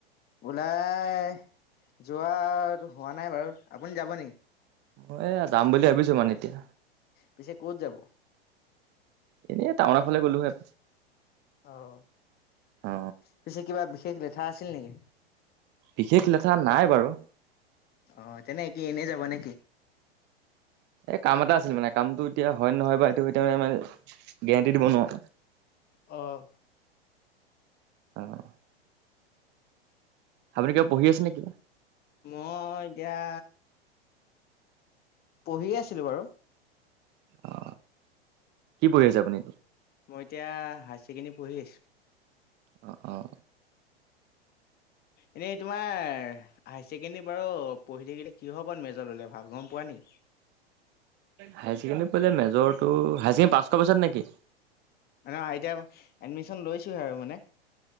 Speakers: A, on the left; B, on the right.
A: ওলাই যোৱা হোৱা নাই বাৰু আপুনি যাব নি?
B: মই এয়া যাম বুলি ভাবিছোঁ মানে এতিয়া
A: পিছে ক'ত যাব?
B: এনে টাউন ফালে গ'লোঁ হয়।
A: অ',
B: অ
A: পিছে কিবা বিশেষ লেঠা আছিল নিকি?
B: বিশেষ লেঠা নাই বাৰু।
A: অ', তেনে কি এনেই যাব নে কি?
B: এই কাম এটা আছিল মানে কামটো এতিয়া হয়ন নহয় বা সেইটো <unintelligible> গেৰেণ্টি দিব নোৱাও।
A: অ'।
B: অ'। আপুনি কিবা পঢ়ি আছে নেকি?
A: মই এতিয়া পঢ়ি আছিলোঁ বাৰু।
B: অ', কি পঢ়ি আছে আপুনি?
A: মই এতিয়া হায়ছেকেণ্ডী পঢ়ি আছোঁ।
B: অ', অ',
A: এনেই তোমাৰ হাই ছেকেণ্ডী বাৰু পঢ়ি থাকিলে কিহ ওপৰত মেজৰ ল'লে ভাল গম পোৱা নি?
B: হাই ছেকেণ্ডী পইলে মেজৰটো হাই ছেকেণ্ডী পাছ কআ পিছত নেকি?
A: মানে আই টি আই এডমিচন লৈছোহে আৰু মানে।